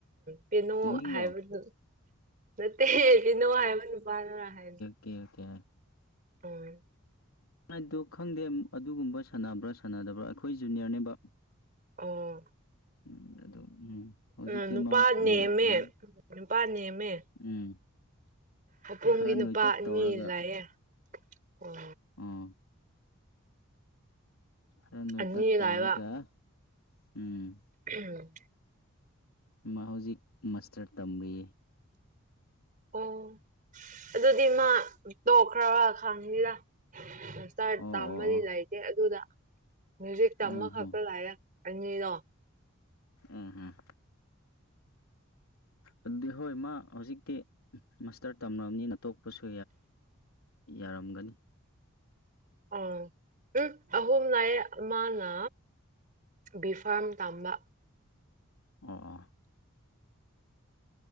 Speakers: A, on the right (about 40°); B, on the left (about 85°).
A: ꯄꯕꯦꯅꯣ
B: ꯃꯃꯤꯡꯔꯣ
A: ꯍꯥꯏꯕꯗꯨ ꯅꯠꯇꯦ ꯄꯕꯦꯅꯣ ꯍꯥꯏꯕ ꯅꯨꯄꯥꯗꯨꯔꯥ ꯍꯥꯏꯕꯅꯤ
B: ꯀꯦꯀꯦꯌꯥ
A: ꯑꯣ
B: ꯗꯣ ꯈꯪꯗꯦ ꯑꯗꯨꯒꯨꯝꯕ ꯁꯥꯟꯅꯕ꯭ꯔꯥ ꯁꯥꯟꯅꯗꯕ꯭ꯔꯥ ꯑꯩꯈꯣꯏ ꯖꯨꯅꯤꯌꯔꯅꯦꯕ
A: ꯑꯣ
B: ꯎꯝ ꯑꯗꯨ ꯎꯝ ꯍꯧꯖꯤꯛꯇꯤ
A: ꯎ ꯅꯨꯄꯥ
B: ꯃꯥ ꯎꯝ
A: ꯅꯦꯝꯃꯦ
B: ꯀꯩꯅꯣ
A: ꯅꯨꯄꯥ ꯅꯦꯝꯃꯦ
B: ꯎꯝ
A: ꯃꯄꯣꯝꯒꯤ
B: ꯈꯔ ꯅꯣꯏꯇꯛ
A: ꯅꯨꯄꯥ ꯑꯅꯤ
B: ꯇꯧꯔꯒ
A: ꯂꯥꯛꯌꯦꯦ ꯑꯣ
B: ꯑꯣ ꯈꯔ ꯅꯣꯏꯇꯛ
A: ꯑꯅꯤ
B: ꯇꯧꯔꯒ
A: ꯂꯥꯛꯑꯦꯕ
B: ꯎꯝ
A: ꯎꯝ
B: ꯃꯥ ꯍꯧꯖꯤꯛ ꯃꯥꯁꯇꯔ ꯇꯝꯔꯤ
A: ꯑꯣ ꯑꯗꯨꯗꯤ ꯃꯥ ꯂꯣꯛꯈ꯭ꯔꯕ ꯈꯪꯅꯤꯗ ꯁꯁꯇꯥꯔ
B: ꯑꯣ
A: ꯇꯥꯝꯃꯗꯤ
B: ꯑꯣ ꯑꯣ
A: ꯂꯩꯇꯦ ꯑꯗꯨꯗ ꯃ꯭ꯌꯨꯖꯤꯛ ꯇꯝꯃ
B: ꯎꯝ
A: ꯈꯛꯄ
B: ꯍꯝ
A: ꯂꯥꯛꯑꯦ ꯑꯗꯣ
B: ꯎꯝ ꯎꯝ ꯑꯗꯨꯗꯤ ꯍꯣꯏ ꯃꯥ ꯍꯧꯖꯤꯛꯇꯤ ꯃꯥꯁꯇꯔ ꯇꯝꯂꯕꯅꯤꯅ ꯇꯣꯛꯄꯁꯨ ꯌꯥꯔꯝꯒꯅꯤ
A: ꯑ ꯎꯝ ꯑꯍꯨꯝꯅꯅꯥꯌꯦ ꯑꯃꯅ ꯕꯤꯐꯥꯝ ꯇꯝꯕ
B: ꯑꯣ ꯑꯥ